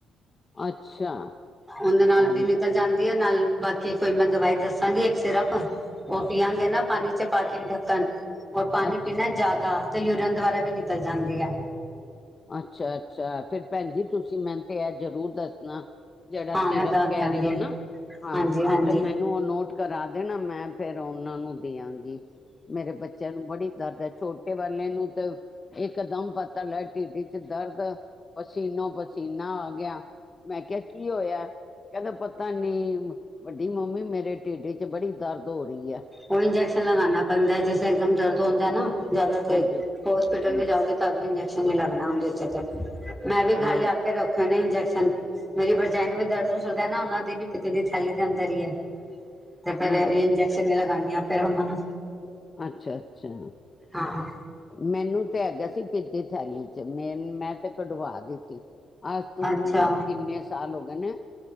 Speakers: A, on the left; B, in the centre.
A: ਅੱਛਾ
B: ਉਹਦੇ ਨਾਲ
A: ਐਵੇਂ,
B: ਵੀ ਨਿਕਲ ਜਾਂਦੀ ਹੈ ਨਾਲ ਬਾਕੀ ਕੋਈ ਮੈਂ ਦਵਾਈ ਦੱਸਾਂਗੀ ਇੱਕ ਸਿਰਪ ਉਹ ਪੀਆਗੇ ਨਾ ਪਾਣੀ ਚ ਪਾ ਕੇ ਢੱਕਣ ਉਹ ਪਾਣੀ
A: ਅੱਛਾ
B: ਪੀਣਾ ਜ਼ਿਆਦਾ ਤੇ ਯੂਰੀਅਨ ਦੁਆਰਾ ਵੀ ਨਿਕਲ ਜਾਂਦੀ ਹੈ
A: ਅੱਛਾ ਅੱਛਾ ਫੇਰ ਭੈਣ ਜੀ ਤੁਸੀਂ ਮੈਨੂੰ ਤੇ ਇਹ ਜ਼ਰੂਰ ਦੱਸਣਾ ਜਿਹੜਾ
B: ਹਾਂ
A: ਸਿਰਪ
B: ਮੈਂ ਦੱਸ
A: ਕਹਿ
B: ਦਿਆਂਗੀ।
A: ਰਹੇ ਹੋ ਨਾ ਹਾਂ
B: ਹਾਂਜੀ ਹਾਂਜੀ
A: ਤੇ ਮੈਨੂੰ ਨੂੰ ਨੋਟ ਕਰਾ ਦੇਣਾ ਮੈਂ ਫੇਰ ਉਹਨਾਂ ਨੂੰ ਦੇਆਂਗੀ ਮੇਰੇ ਬੱਚਿਆਂ ਨੂੰ ਬੜੀ ਦਰਦਾ ਛੋਟੇ ਵਾਲੇ ਨੂੰ ਤਾਂ ਇਕਦਮ ਪਤਾ ਲੱਗ ਟਿਡ ਚ ਦਰਦ ਪਸੀਨੋ ਪਸੀਨਾ ਆ ਗਿਆ ਮੈਂ ਕਿਹਾ ਕੀ ਹੋਇਆ ਕਹਿੰਦਾ ਪਤਾ ਨੀ ਵੱਡੀ ਮੰਮੀ ਮੇਰੇ ਟਿਡ ਚ ਬੜੀ ਦਰਦ ਹੋ ਰਹੀ ਆ
B: ਹੁਣ ਇੰਜੈਕਸ਼ਨ ਲਗਾਣਾ ਪੈਂਦਾ ਜਿਸ ਇੱਕਦਮ ਦਰਦ ਹੋਂਦਾ ਨਾ ਜ਼ਿਆਦਾ ਤੇਜ
A: ਹਾਂਜੀ
B: ਹੋਸਪਿਟਲ
A: ਹਮ,
B: ਵੀ ਜਾੳਗੇ। ਤਦ ਵੀ ਇੰਜੈਕਸ਼ਨ ਨੀ ਲੱਗਣਾ ਹੁੰਦੇ ਉਤੇ ਤੇ ਮੈਂ ਵੀ ਘਰ
A: ਹਾਂ
B: ਲਿਆ ਕੇ ਰੱਖੇ ਨੇ ਇੰਜੈਕਸ਼ਨ। ਮੇਰੀ ਭਰਜਾਈ ਨੂੰ ਵੀ ਦਰਦ ਹੋ ਸਕਦਾ ਨਾ ਉਹਨਾ ਦੀ ਵੀ ਪਿਤੇ ਦੀ ਥੈਲੀ ਦੇ ਅੰਦਰ ਹੀ ਏ। ਤੇ ਫੇਰ
A: ਨਹੀਂ
B: ਇਹ ਇੰਜੈਕਸ਼ਨ ਹੀ ਲਗਾਨੀ ਆ ਫੇਰ ਉਹਨਾ ਨੂੰ।
A: ਅੱਛਾ ਅੱਛਾ ਹੁ।
B: ਹਾਂ
A: ਮੈਨੂੰ ਤੇ ਹੈਗਾ ਸੀ ਪਿਤ ਦੀ ਥੈਲੀ ਚ ਮੇ ਮੈਂ ਤੇ ਕਢਵਾ ਦੀ ਅਜ ਤੋਂ
B: ਅੱਛਾ
A: ਕਿੰਨੇ ਸਾਲ ਹੋ ਗਏ ਨੇ।